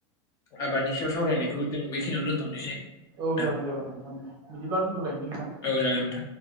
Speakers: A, on the left; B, on the right.
A: आबादनि सायाव सावरायनायखौ जों बेखिनियावनो दोनथ'नोसै।
B: औ
A: नोंथां
B: जागोन जागोन नोंथां दे बिदिब्ला दोनथ'लायनोसै नोंथां।
A: औ जागोन नोंथां